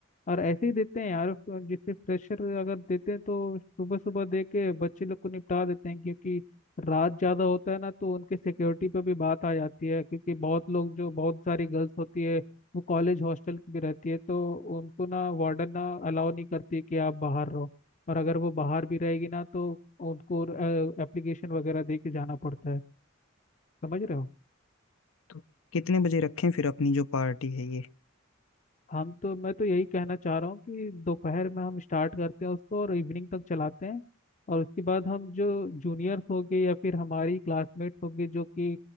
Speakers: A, on the left (about 35°); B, on the left (about 75°).
A: और ऐसे ही देते हैं यार उसको जिससे प्रेशर अगर देते हैं तो सुबह सुबह दे के बच्चे लोग को निपटा देते हैं क्योंकि रात ज़्यादा होता है ना तो उनके सिक्योरिटी पे भी बात आ जाती है क्योंकि बहुत लोग जो बहुत सारी गर्ल्स होती है वो कॉलेज हॉस्टल की भी रहती है तो उनको ना वार्डन ना अलाउ नहीं करती कि आप बाहर रहो और अगर वो बाहर भी रहेगी ना तो उनको एप्लीकेशन वगैरह दे के जाना पड़ता है समझ रहे हो
B: तो कितने बजे रखें फिर अपनी जो पार्टी है ये
A: हम तो मैं तो यही कहना चाह रहा हूँ कि दोपहर में हम स्टार्ट करते हैं उसको और इवनिंग तक चलाते हैं और उसके बाद हम जो जूनियर्स होंगे या फिर हमारी क्लासमेट्स होंगे जो कि